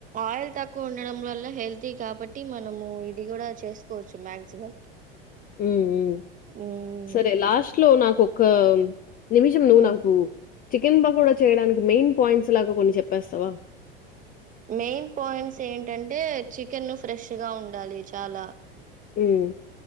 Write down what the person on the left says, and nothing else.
ఉ ఉమ్
సరే లాస్ట్ లో నాక్ ఒక నిమిషం నూనాకు
చికెన్ పకోడా చేయడానికి మెయిన్ పాయింట్స్ లాగా కొన్ని చెప్పేస్తావా
హ్మ్.